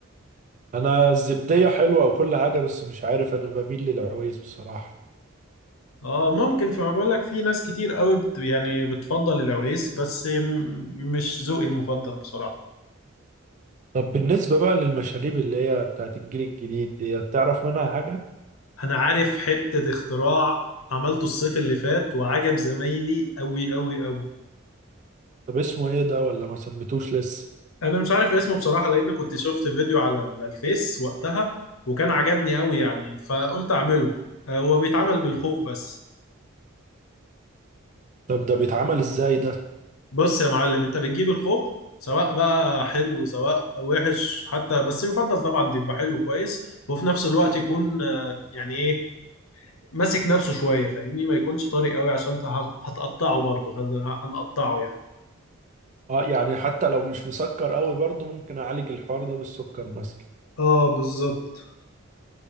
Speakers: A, on the right (about 35°); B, on the left (about 85°).
A: انا الزبدية حلوة وكل حاجة بس مش عارف انا بميل للعويس بصراحة
B: اه ممكن فما بقول لك في ناس كتير قوي بت... يعني بتفضل العويس بس م- مش ذوقي المفضل بصراحة
A: طب بالنسبة بقى للمشاريب اللي هي بتاعت الجيل الجديد دي تعرف منها حاجة
B: أنا عارف حتة اختراع عملته الصيف اللي فات وعجب زمايلي قوي قوي قوي
A: طب اسمه ايه ده ولا ما سميتوش لسه
B: انا مش عارف اسمه بصراحه لان كنت شفت فيديو على ال- الفيس وقتها وكان عجبني قوي يعني فقلت اعمله آه، هو بيتعمل بالخوخ بس
A: طب ده بيتعمل ازاي ده
B: بص يا معلم انت بتجيب الخوخ سواء بقى حلو سواء وحش حتى بس يفضل طبعا يبقى حلو كويس وفي نفس الوقت يكون آه، يعني ايه ماسك نفسه شويه فاهمني ما يكونش طري قوي عشان انت هتقطعه برضه هت- هنقطعه يعني
A: اه يعني حتى لو مش مسكر قوي برضه ممكن اعالج الحوار ده بالسكر مثلا
B: اه بالظبط